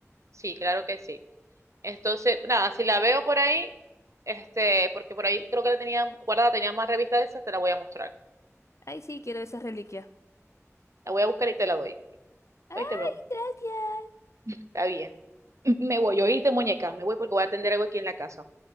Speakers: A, on the right (about 70°); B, on the left (about 65°).
A: Sí, claro que sí. Entonces, nada, si la veo por ahí, este, porque por ahí creo que la tenía guardada, tenía más revistas de esas, te la voy a mostrar.
B: Ay, sí, quiero esas reliquias.
A: La voy a buscar y te la doy.
B: Ay,
A: ¿Oíste, mi amor?
B: gracias.
A: Está bien. <laughs> Me voy, ¿oíste, muñeca? Me voy porque voy a atender algo aquí en la casa.